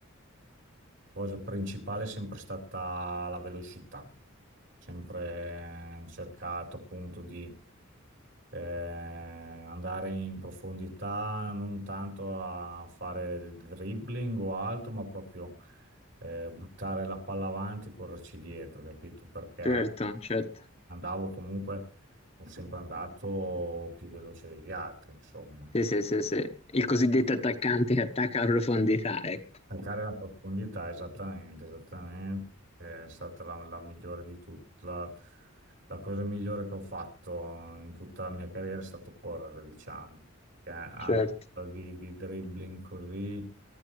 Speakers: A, on the right (about 55°); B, on the left (about 30°).
A: cosa principale è sempre stata la velocità, sempre cercato appunto di eh, andare in profondità, non tanto a fare dribbling o altro, ma proprio eh, buttare la palla avanti e correrci dietro, capito? Perché
B: Certo, certo.
A: andavo comunque, sono sempre andato più veloce degli altri, insomma.
B: Sì, sì, sì, sì. Il cosiddetto attaccante che attacca a profondità, ecco.
A: Cercare la profondità, esattamente, esattamente. È stata la, la migliore di tutte. La, la cosa migliore che ho fatto in tutta la mia carriera è stato correre, diciamo. Che anche
B: Certo,
A: di, di dribbling così, eh,